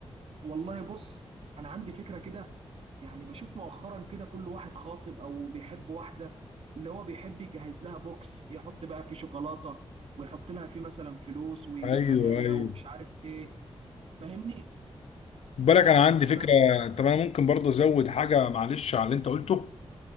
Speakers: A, on the right (about 70°); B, on the left (about 85°).
A: والله بص انا عندي فكرة كده يعني بشوف مؤخرا كده كل واحد خاطب او بيحب واحده اللي هو بيحب يجهز لها بوكس يحط بقى فيه شوكولاته ويحط لها فيه مثلا فلوس ويجيب
B: ايوه
A: هدايا
B: ايوه
A: ومش عارف ايه فاهمني
B: بالك انا عندي
A: فانا
B: فكره طب انا ممكن برضه ازود حاجه معلش على اللي انت قلته